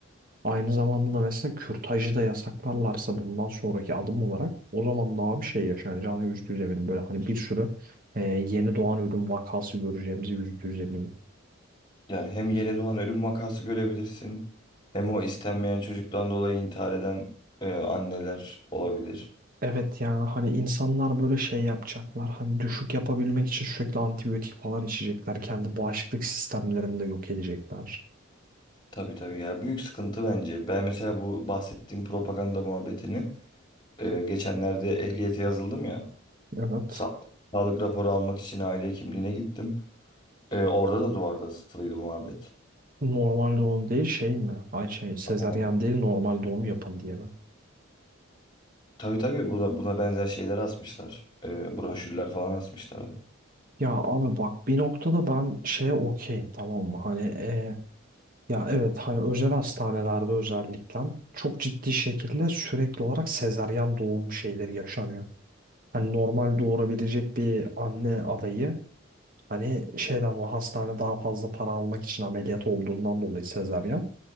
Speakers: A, on the right (about 40°); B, on the left (about 20°).
A: Aynı zamanda da mesela kürtajı da yasaklarlarsa bundan sonraki adım olarak o zaman daha bir şey yaşanacağını yüzde yüz eminim. Böyle hani bir sürü e, yeni doğan ölüm vakası göreceğimizi yüzde yüz eminim.
B: Yani hem yeni doğan ölüm vakası görebilirsin. Hem o istenmeyen çocuktan dolayı intihar eden e, anneler olabilir.
A: Evet yani hani insanlar böyle şey yapacaklar hani düşük yapabilmek için sürekli antibiyotik falan içecekler. Kendi bağışıklık sistemlerini de yok edecekler.
B: Tabii tabii ya büyük sıkıntı bence. Ben mesela bu bahsettiğim propaganda muhabbetini e, geçenlerde ehliyete yazıldım ya.
A: Evet.
B: Sa- Sağlık raporu almak için aile hekimliğine gittim. Ee, orada da duvarda asılıydı bu muhabbet.
A: Normal doğum değil şey mi? Ay şey sezaryen
B: Ama
A: değil normal doğum yapın diye mi?
B: tabii tabii buna, buna benzer şeyler asmışlar. Ee, broşürler falan asmışlardı.
A: Ya abi bak bir noktada ben şeye okeyim tamam mı? Hani e, ya evet hani özel hastanelerde özellikle çok ciddi şekilde sürekli olarak sezaryen doğum şeyleri yaşanıyor. Hani normal doğurabilecek bir anne adayı hani şeyden o hastane daha fazla para almak için ameliyat olduğundan dolayı sezaryen